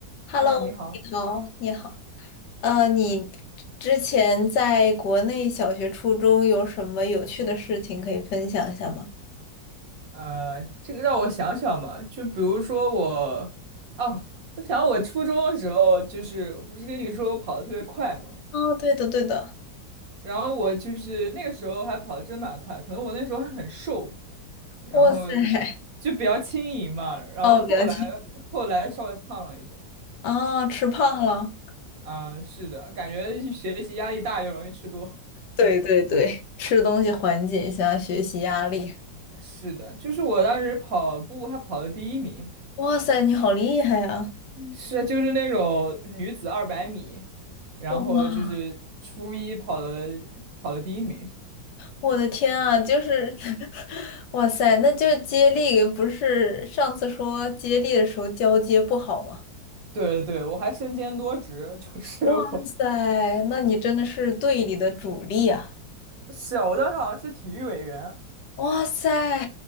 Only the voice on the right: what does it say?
嗨，你好，
呃，这个让我想想嘛，就比如说我，哦，我想我初中的时候，就是我不是跟你说我跑得特别快嘛，
然后我就是那个时候还跑得真蛮快，可能我那时候还很瘦，然后
就比较轻盈嘛，然后后来
后来稍微胖了一点，
啊、是的，感觉学习压力大又容易吃多，
<laughs> 是的，就是我当时跑步还跑了第一名。
是就是那种女子二百米，然后就是初一跑了
跑了第一名。
对对，对，我还身兼多职，<laughs> 就是我
是啊，我当时好像是体育委员。